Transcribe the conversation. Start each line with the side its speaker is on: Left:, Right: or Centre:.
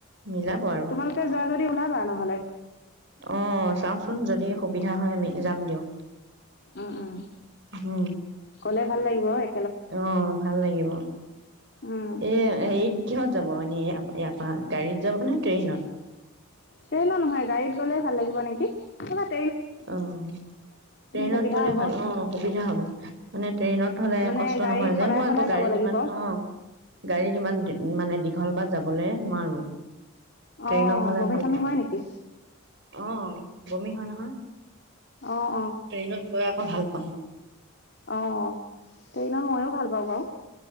Right: মিলাব আৰু
Left: তোমালোকে যোৱা যদি ওলাবা নহ'লে।
Right: অ চাওচোন যদি সুবিধা হয় আমি যাম দিয়ক
Left: উম উম
Right: উম
Left: কলে ভাল লাগিব হয়
Right: অ ভাল লাগিব এ
Left: উম,
Right: হেৰিত কিহত যাব আপ আপ গাড়ীত যাবনে ট্ৰেইনত
Left: ট্ৰেইনত নহয় গাড়ীত গলে ভাল লাগিব নেকি কিবাত
Right: অ ট্ৰেইনত
Left: সুবিধা
Right: গলে
Left: হ'ব।
Right: ভাল অ সুবিধা হ'ব মানে ট্ৰেইনত হলে
Left: মানে
Right: কষ্ট
Left: গাড়ীত
Right: নহয় যে
Left: সলাই
Right: মই আকৌ
Left: সলাই
Right: গাড়ীত
Left: যাব লাগিব।
Right: যিমান অ গাড়ীত যিমান মানে দিগ দীঘল বাদ যাবলৈ নোৱাৰো
Left: অ',
Right: ট্ৰেইনত হলে
Left: বমি
Right: ভাল
Left: চমি
Right: পায়
Left: হয় নেকি?
Right: অ বমি হয় নহয়।
Left: অ',
Right: ট্ৰেইনত গৈ আকৌ ভাল পাওঁ
Left: অহ ট্ৰেইনত মইয়ো ভাল পাওঁ বাওঁ